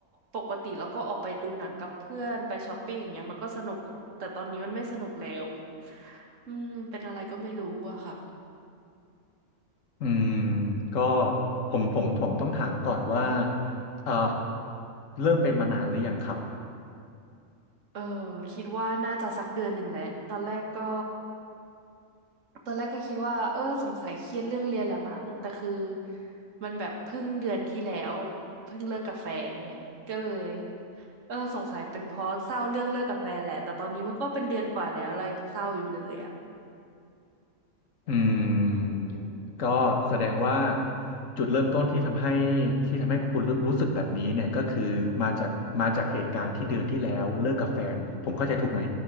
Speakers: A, on the right; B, on the left.
A: ปกติแล้วก็ออกไปดูหนังกับเพื่อนไปช้อปปิ้งอย่างเงี้ยมันก็สนุกอะแต่ตอนนี้มันไม่สนุกแล้วอืมเป็นอะไรก็ไม่รู้อะค่ะ
B: อืมก็ผมผมผมต้องถามก่อนว่าเอ่อเริ่มเป็นมานานหรือยังครับ
A: เออคิดว่าน่าจะสักเดือนหนึ่งแหละตอนแรกก็ตอนแรกก็คิดว่าเออสงสัยเครียดเรื่องเรียนแหละมั้งแต่คือมันแบบเพิ่งเดือนที่แล้วเพิ่งเลิกกับแฟนไงก็เลยเออสงสัยเป็นเพราะเศร้าเรื่องเลิกกับแฟนแหละแต่ตอนนี้มันก็เป็นเดือนกว่าแล้วเรายังเศร้าอยู่เลยอะ
B: อื
A: อืม
B: มก็แสดงว่าจุดเริ่มต้นที่ทำให้ที่ทำให้คุณรู้รู้สึกแบบนี้เนี่ยก็คือมาจากมาจากเหตุการณ์ที่เดือนที่แล้วเลิกกับแฟนผมเข้าใจถูกไหม